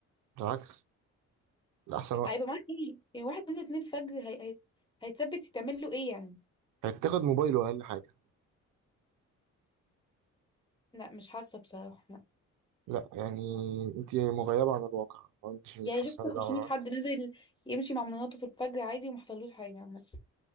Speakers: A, on the right; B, on the left.
A: بالعكس ده أحسن وقت
B: هيبقى معاه ايه؟ يعني واحد نزل 2 الفجر هي... هي... هيتثبت يتعمل له ايه يعني؟
A: هتاخد موبايله أقل حاجة
B: لا مش حاسة بصراحة
A: لا يعني أنت مغيبة عن الواقع ما أنتش مش
B: يعني
A: حاسة
B: شفت 500
A: ده ولا واحد.
B: حد نزل يمشي مع مناطه في الفجر عادي وما حصلوش حاجه عامه